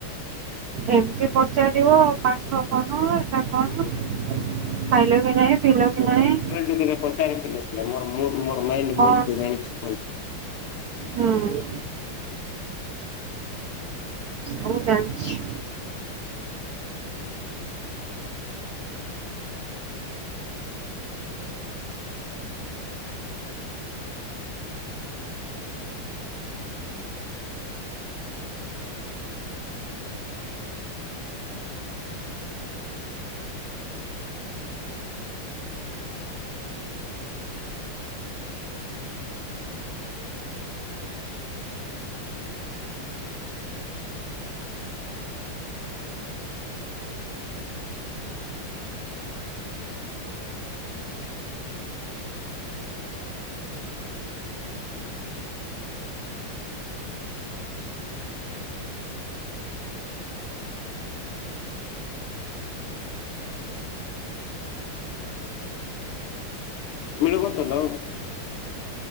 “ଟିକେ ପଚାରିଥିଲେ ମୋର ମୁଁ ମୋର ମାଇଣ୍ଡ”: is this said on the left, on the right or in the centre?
Left